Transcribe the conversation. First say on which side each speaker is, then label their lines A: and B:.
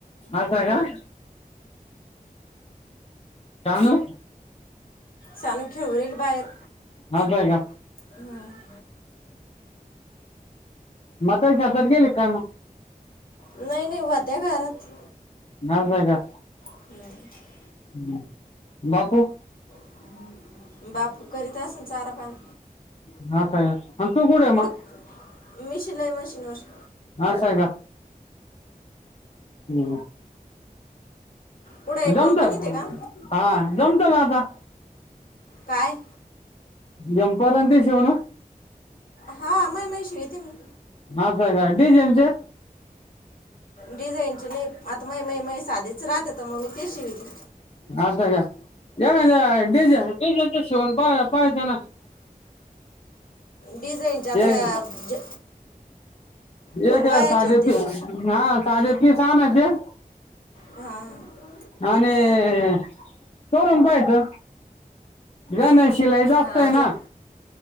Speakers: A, on the left (about 40°); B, on the left (about 70°).
A: असय का. कानु
B: सानु खेळु राहीली बाहेर.
A: आपलं हाय का.
B: हम्म
A: म्हातीरीच्या हातत गेली का
B: नाही नाही वात्या घरात.
A: असाय का.
B: ह <inaudible>
A: ह, बापू
B: <inaudible> बापू करीत असन चारा पाणी.
A: <unintelligible> आणि तू कुटय
B: कुठं
A: मग.
B: मी शिलाई मशीनवर.
A: हा सांगा. हम्
B: कुठं एक
A: जमत,
B: कंपनीत आहे का
A: हा जमत का आता.
B: काय
A: झंपर आणि ते शिवन.
B: हा मा माय शिवते मी.
A: <unintelligible> का डीझायनचे.
B: डिझाईनचे नाही आता म म माय साधीच राहतात, तर मग मी ते शिवित.
A: <inaudible>
B: डिझायनचे चे आता
A: एक
B: ज फुलवायचे
A: एक साधे,
B: आणि ते
A: हा साधे पिस आणायचे.
B: हा हा
A: आणि <unintelligible> जा ना शिलाई जास्त
B: हा
A: आहे
B: अजून
A: ना.